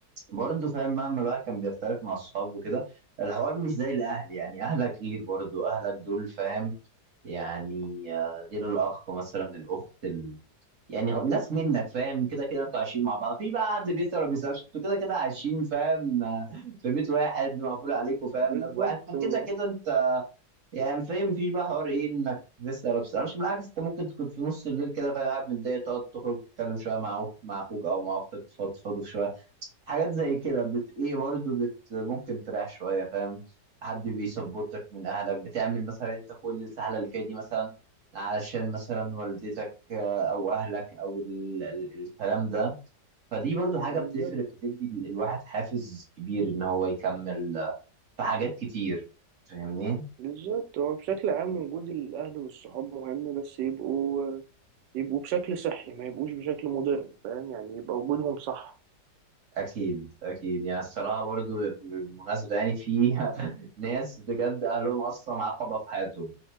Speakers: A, on the right; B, on the right.
A: برضه فاهم مهما الواحد كان بيختلف مع الصحاب وكده الحوار مش زي الأهل يعني أهلك غير برضه أهلك دول فاهم يعني آه، غير الأخ مثلا الأخت ال... يعني غ- ناس منك فاهم كده كده انتوا عايشين مع بعض في بقى حد بيسأل ولا ما بيسألش انتوا كده كده عايشين فاهم <laughs> آه، في بيت واحد مقفول عليكم فاهم
B: بالظبط
A: باب واحد فكده
B: هو-
A: كده انت يعني فاهم في بقى حوار ايه انك لسه ما بتسألش بالعكس انت ممكن تكون في نص الليل كده فاهم قاعد متضايق تقعد تخرج تتكلم شوية مع أخوك مع أخوك أو مع أختك تفضفضوا شوية حاجات زي كده بت ايه برضو بت ممكن تريح شويه فاهم حد بيسبورتك من اهلك بتعمل مثلا انت كل السهله اللي فيها دي مثلا علشان مثلا والدتك آه، او اهلك او ال... ال... الكلام ده فدي برضو حاجه
B: بالظبط
A: بتفرق بتدي ال- الواحد حافز كبير ان هو يكمل آه، في حاجات كتير فاهمني
B: بالظبط هو بشكل عام وجود الأهل والصحاب مهم بس يبقوا يبقوا بشكل صحي ما يبقوش بشكل مضر فاهم يعني يبقى وجودهم صح
A: اكيد اكيد يعني الصراحه برضو بالمناسبه يعني في <laughs> ناس بجد اهلهم اصلا عقبه في حياتهم